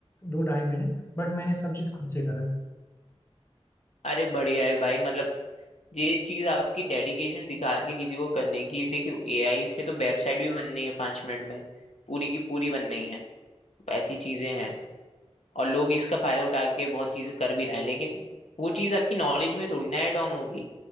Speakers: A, on the left; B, on the left.
A: दो ढाई महीने बट मैंने सब चीज़ खुद से करा
B: अरे बढ़िया है भाई मतलब ये चीज आपकी डेडिकेशन दिखाती है किसी को करने की देखियो एआई से तो वेबसाइट भी बन रही है पांच मिनट में पूरी की पूरी बन रही है ऐसी चीजें हैं और लोग इसका फायदा उठा के बहुत चीजें कर भी रहे हैं लेकिन वो चीज आपकी नॉलेज में थोड़ी ना ऐड ऑन होगी